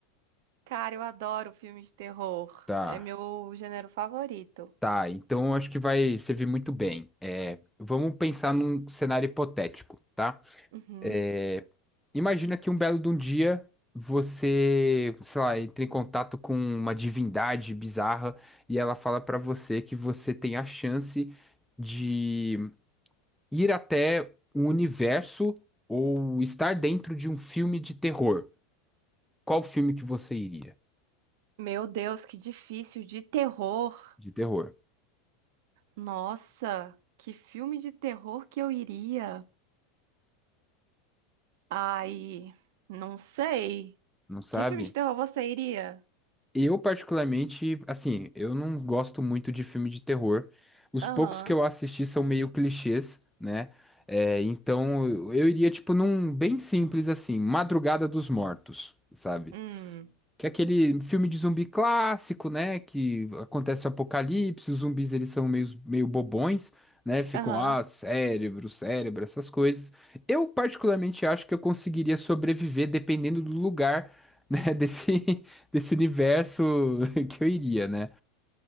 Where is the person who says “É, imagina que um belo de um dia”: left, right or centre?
Centre